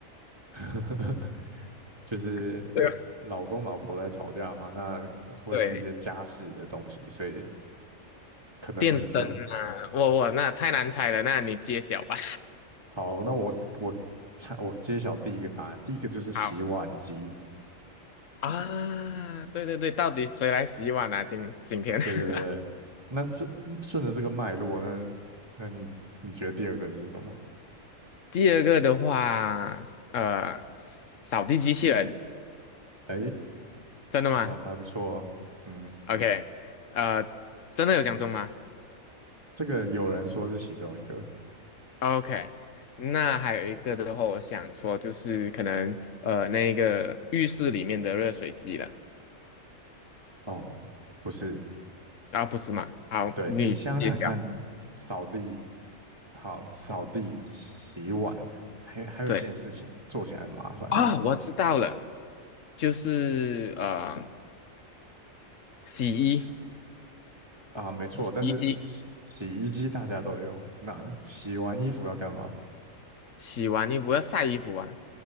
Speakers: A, on the right; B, on the left.
A: <laughs> 呵呵呵，就是
B: <laughs> 对吧
A: 老公老婆在吵架嘛，那会是一些家事的东西，
B: 对，
A: 所以可能会是这种。
B: 电灯啊，我我那太难猜了，那你揭晓吧。
A: 好，那我我猜我揭晓第一个答案，第一个就是洗碗机。
B: <laughs> 好。啊，对对对，到底谁来洗碗啊？今今天，<laughs>
A: 对对对，那这顺着这个脉络，那那你你觉得第二个是什么？
B: 第二个的话，呃，扫地机器人，
A: 哎，
B: 真的吗
A: 哦，还不错哦，嗯，
B: ？OK，呃，真的有讲中吗
A: 这个有人说是其中一个，
B: ？OK，那还有一个的话，我想说就是可能呃那个浴室里面的热水机了，
A: 哦，不是，
B: 啊，不是吗？好，
A: 对，
B: 你揭晓。
A: 你想想看，扫地，好，扫地、洗碗，还还有一件事情做起来很麻烦
B: 对啊，我知道了，就是呃洗衣
A: 啊，没错，
B: 洗衣机，
A: 但是洗洗衣机大家都有，那洗完衣服要干嘛？
B: 洗完衣服要晒衣服啊。